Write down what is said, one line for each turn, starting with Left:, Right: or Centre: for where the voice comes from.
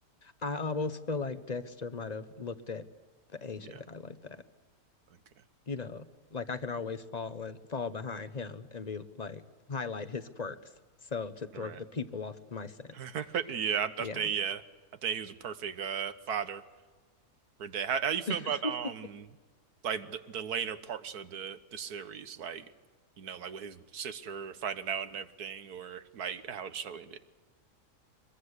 Left: I almost feel like Dexter might have looked at the Asian
Right: <laughs> Yeah.
Left: guy like that
Right: Okay.
Left: you know, like I can always fall and fall behind him and be like highlight his quirks. So to throw
Right: All right.
Left: the people off my scent.
Right: <laughs> Yeah, I,
Left: Yeah.
Right: I think yeah. I think he was a perfect uh father. for that. How how you feel
Left: <laughs>
Right: about um like the, the later parts of the the series, like you know, like with his sister finding out and everything, or like how the show ended.